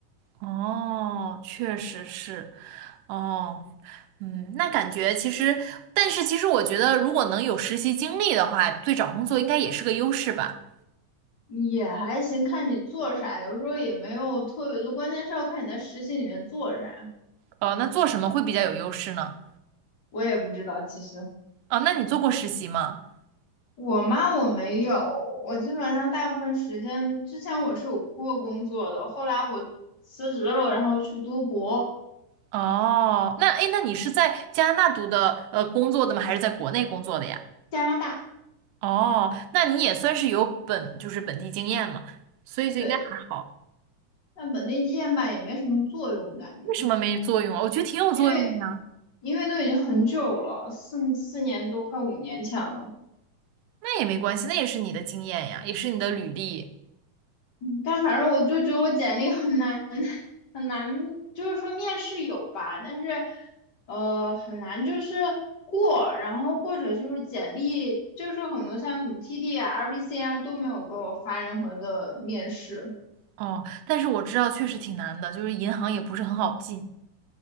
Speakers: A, on the right; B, on the left.
A: 哦，确实是。哦，嗯，那感觉其实，但是其实我觉得，如果能有实习经历的话，对找工作应该也是个优势吧？
B: 也还行，看你做啥，有时候也没有特别多，关键是要看你在实习里面做啥。
A: 呃，那做什么会比较有优势呢？
B: 我也不知道，其实
A: 哦，那你做过实习吗？
B: 我妈我没有，我基本上大部分时间之前我是有过工作的，后来我辞职了，然后去读博，
A: 哦，那诶，那你是在加拿大读的呃工作的吗？还是在国内工作的呀？
B: 加拿大，
A: 哦，那你也算是有本，就是本地经验嘛，所以就应该还好。
B: 对，但本地经验吧也没什么作用感觉，
A: 为什么没作用啊？我觉得挺有作用的呀。
B: 因为因为都已经很久了，四四年多快五年前了。
A: 那也没关系，那也是你的经验呀，也是你的履历。
B: 但反正我就觉得我简历很难 <laughs> 很难，就是说面试有吧，但是呃很难就是过，然后或者就是简历就是很多像什么 TD 啊、RBC 啊都没有给我发任何的面试。
A: 哦，但是我知道确实挺难的，就是银行也不是很好进。